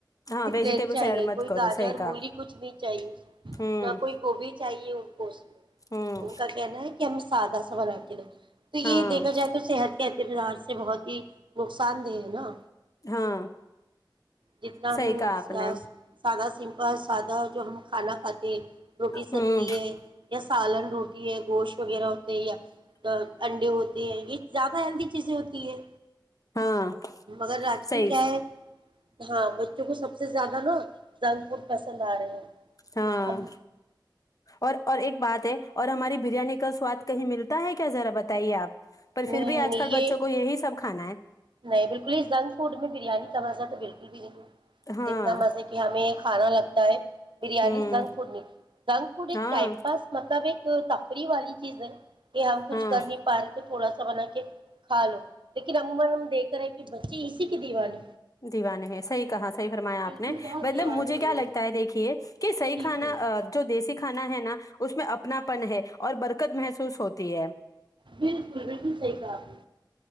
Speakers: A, on the left (about 45°); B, on the right (about 85°).
A: ہاں ویجیٹیبلس
B: پلین چاہیے
A: ایڈ مت
B: کوئی
A: کرو
B: گاجر
A: صحیح کہا
B: مولی کچھ نہیں چاہیے
A: ہوں
B: نہ کوئی گوبھی چاہیے ان کو اس میں
A: ہوں
B: ان کا کہنا ہے کہ ہم سادہ سا بنا کے لیں تو یہ
A: ہاں
B: دیکھا جائے تو صحت کے یہ بازار <inaudible> سے بہت ہی نقصان دہ ہے نا
A: ہاں
B: جتنا
A: صحیح
B: ہم
A: کہا آپ نے
B: سادہ سمپس سادہ جو ہم کھانا کھاتے ہیں روٹی سبزی
A: ہوں
B: ہے یا سالن روٹی ہے گوشت وغیرہ ہوتے ہے یا انڈے ہوتے ہیں یہ زیادہ ہیلدی کز تھر
A: ہاں
B: مگر آجکل
A: صحیح
B: کیا ہے ہاں بچوں کو سب سے زیادہ نا جنک فڈ پسند آ رہے ہیں
A: ہاں
B: ہم
A: اور اور ایک بات ہے اور ہماری بریانی کا سواد کہیں ملتا ہے کیا ذرا بتائیے آپ پر پھر
B: نہیں
A: بھی
B: نہیں
A: آج
B: نہیں
A: کل
B: یہ
A: بچوں کو یہی سب کھانا ہے
B: نہیں بالکل ہی جنک فوڈ میں بریانی کا مزہ تو بالکل بھی نہیں
A: ہاں
B: جتنا مزے کہ ہمیں کھانا لگتا ہے بریانی
A: ہوں
B: زنک فڈ زنک فڈ ایک
A: ہاں
B: ٹائم پاس مطابق تو تفری والی چیز ہے یہ ہم کچھ
A: ہاں
B: کر نہیں پا رہے تھوڑا سا بنا کے کھا لو لیکن عمومن دیک رہا ہے کہ بچے اسی کی دیوان
A: دیوان ہے صحی کہا صحیح فرمایا
B: بالکل
A: آپ نے
B: بہت
A: مطلب
B: دیوانے
A: مجھے
B: ہو
A: کیا
B: رہے
A: لگتا
B: ہیں
A: ہے دیکھیے کہ صحی
B: جی
A: کھانا
B: جی
A: جو دیسی کھانا ہے نا اس میں اپناپن ہے اور برکت محسوس ہوتی ہے
B: بالکل بالکل صحیح کہا آپ نے